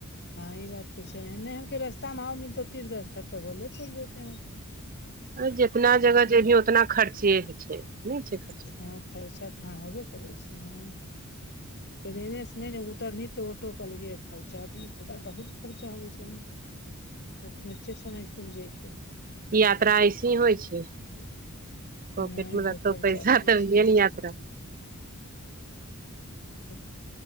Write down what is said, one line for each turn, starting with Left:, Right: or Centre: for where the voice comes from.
Left: हँ ई बात तऽ छै नहि हम रस्ता मे आउ मिलतौ तीर्थ तऽ होले चलि जते ह
Right: जितना जगह जेबही उतना खर्चे छै नहि छै खर्चा
Left: हँ खर्चा तऽ हँ होबे करै छै हँ ट्रेने से नहि ने उतरबहीं तऽ ऑटोके अलगे खर्चा त इ बहुत खर्चा होइ छै त बच्चे समझि क ने जैतै
Right: यात्रा ऐसे ही होइ छै पॉकट
Left: नहि
Right: मे रहतो
Left: भाय खर्चा
Right: पैसा
Left: होबै
Right: तभीए
Left: छै
Right: न यत्रा
Left: त <inaudible>